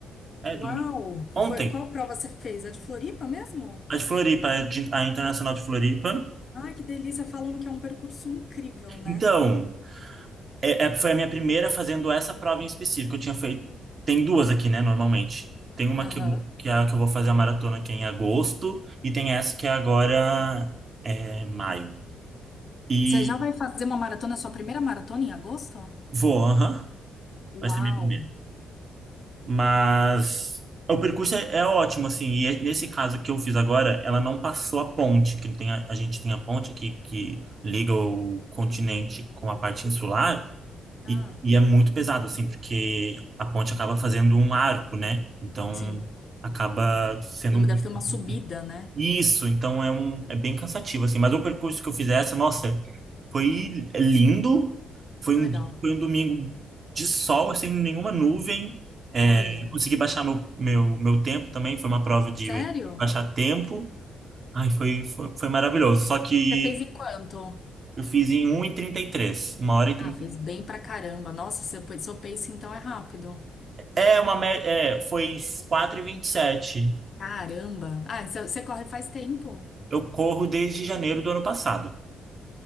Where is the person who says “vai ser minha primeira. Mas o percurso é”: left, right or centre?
Right